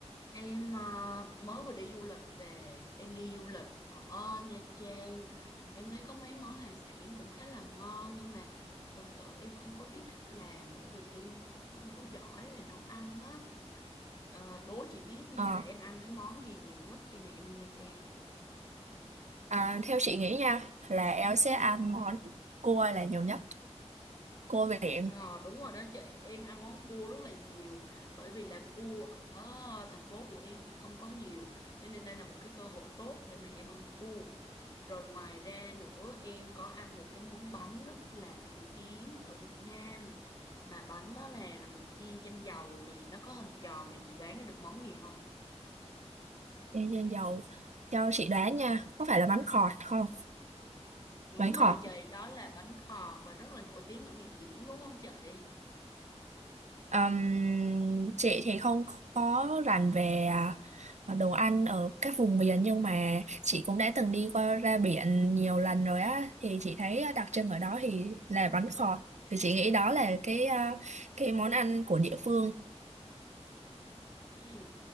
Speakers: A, on the left; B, on the right.
A: Em ờ, mới vừa đi du lịch về, em đi du lịch ở Nha Trang. Em thấy có mấy món hải sản cũng khá là ngon nhưng mà thật sự em không có biết cách làm bởi vì em không có giỏi về nấu ăn á. Ờ, đố chị biết nha
B: Ờ,
A: là em ăn cái món gì nhiều nhất khi mà em đi Nha Trang.
B: à, theo chị nghĩ nha là em sẽ ăn món cua là nhiều nhất cua biển
A: Ờ đúng rồi đó chị, em ăn món cua rất là nhiều bởi vì là cua ở thành phố của em thì không có nhiều cho nên đây là một cái cơ hội tốt để mà em ăn cua. Rồi ngoài ra nữa em có ăn một cái món bánh rất là nổi tiếng ở Việt Nam mà bánh đó là là mình chiên trên dầu nè, nó có hình tròn này chị đoán nó được món gì không?
B: chiên trên dầu cho chị đoán nha có phải là bánh khọt không
A: Đúng
B: bánh khọt
A: rồi chị, đó là bánh khọt và rất là nổi tiếng ở miền biển đúng không chị?
B: Ừm, chị thì không có rành về à, à, đồ ăn ở các vùng miền nhưng mà chị cũng đã từng đi qua ra biển nhiều lần rồi á thì chị thấy à, đặc trưng ở đó thì là bánh khọt thì chị nghĩ đó là cái à, cái món ăn của địa phương
A: Ừ.